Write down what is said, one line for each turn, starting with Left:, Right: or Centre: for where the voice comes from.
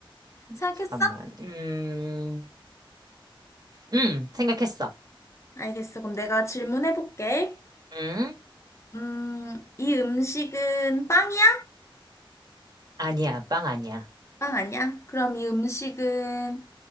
Left: 생각했어?
Right: 잠깐만. 음, 음, 생각했어.
Left: 알겠어. 그럼 내가 질문해 볼게.
Right: 음,
Left: 음, 이 음식은 빵이야?
Right: 아니야, 빵 아니야.
Left: 빵 아니야? 그럼 이 음식은